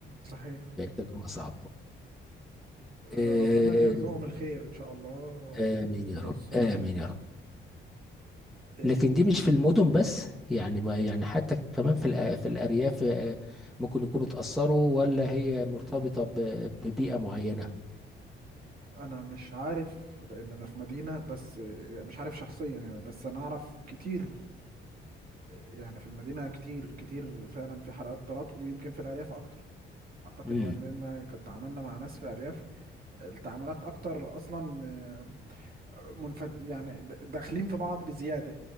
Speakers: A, on the right; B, in the centre.
A: صحيح
B: بقت تجربة صعبة
A: آه،
B: آه،
A: ربنا يرزقهم الخير ان شاء الله
B: آمين
A: والزوج
B: يا رب
A: الصالح
B: آمين يا رب
A: إيه،
B: لكن دي مش في المدن بس يعني ما يعني حتى كمان في الأ- في الأرياف آه، ممكن يكونوا اتأثروا ولا هي مرتبطة ب- ببيئة معينة
A: انا مش عارف لان انا في مدينه بس إيه، مش عارف شخصيا يعني بس انا اعرف كتير يعني في المدينة كتير كتير فعلا في حلقات طلاق ويمكن في الأرياف أكتر أعتقد
B: امم
A: يعني لأن كنت تعاملنا مع ناس في أرياف التعاملات أكتر أصلا آه، منفت يعني د- داخلين في بعض بزيادة